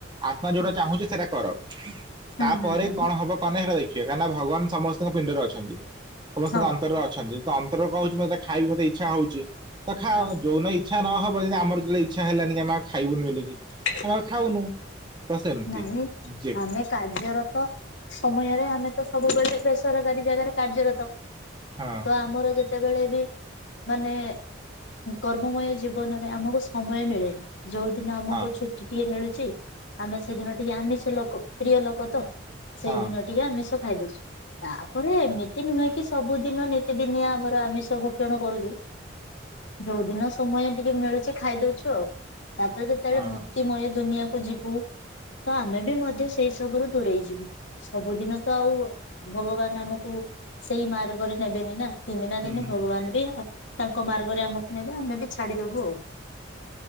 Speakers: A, on the right (about 25°); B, on the left (about 75°).
A: ଆତ୍ମା ଯୋଉଟା
B: ହୁଁ
A: ଚାହୁଁଛି ସେଇଟା କର।
B: ହୁଁ
A: ତାପରେ
B: ହୁଁ ହୁଁ
A: କଣ ହବ କଣ ନାହିଁ ଦେଖିବା କାହିଁକିନା ଭଗବାନ ସମସ୍ତଙ୍କ ପିଣ୍ଡରେ ଅଛନ୍ତି, ସମସ୍ତଙ୍କ
B: ହଁ
A: ଅନ୍ତରରେ ଅ ଅଛନ୍ତି ତ ଅନ୍ତର କହୁଛି ମତେ ଖାଇବି ମତେ ଇଚ୍ଛା ହଉଛି ତ ଖା
B: ହଁ
A: ଯୋଉନ୍ ଇଁ ଇଚ୍ଛା ନ ହବ ଯେମିତି ଆମର ଯେତେବେଳେ ଇଚ୍ଛା ହେଲାନି ଆମେ ଆଉ ଖାଇବୁନି ବୋଲି କି।
B: ଠେ।
A: ଆମେ ଆଉ ଖାଉନୁ। ସେମିତି
B: ନାଇଁ
A: ଯେ
B: ଆମେ କାର୍ଯ୍ୟରତ ସମୟରେ ଆମେ ତ ସବୁବେଳେ ବେସରକାରୀ ଜାଗାରେ କାର୍ଯ୍ୟରତ।
A: ହଁ
B: ତ ଆମର ଯେ ସେତେବେଳେ ବି ମାନେ କର୍ମମୟ ଜୀବନରେ ଆମକୁ ସମୟ ମିଳେନି। ଯୋଉ ଦିନ ଆମକୁ
A: ହଁ।
B: ଛୁଟି ଟିକେ ମିଳୁଛି ଆମେ ସେଦିନ ଟିକେ ଆମିଷ ଲୋକ ପ୍ରିୟ ଲୋକ ତ ସେଇଦିନ
A: ହଁ
B: ଟିକେ ଆମିଷ ଖାଇଦଉଛୁ। ତାପରେ ଏମିତି ନୁହେଁ କି ସବୁଦିନ ନିତିଦିନିଆ ଆମର ଆମିଷ ଭକ୍ଷଣ କରୁଛୁ। ଯୋଉଦିନ ସମୟ ଟିକେ ମିଳୁଛି ଖାଇଦଉଛୁ ଆଉ ତାପରେ ଯଦ୍ ସେତେବେଳେ
A: ହଁ
B: ଭକ୍ତିମୟ ଦୁନିଆକୁ ଯିବୁ ତ ଆମେ ବି ମଧ୍ୟ ସେଇ ସବୁୁରୁ ଦୂରେଇ ଯିବୁ। ସବୁଦିନ ତ ଆଉ ଭଗବାନ ଆମକୁ ସେଇ ମାର୍ଗରେ ନେବେନି ନା। ଦିନେ ନା
A: ହୁଁ
B: ଦିନେ
A: ହୁଁ
B: ଭଗବାନ ବି ତାଙ୍କ ମାର୍ଗରେ ଆମକୁ ନେବେ ଆମେ ବି ଛାଡିଦବୁ ଆଉ।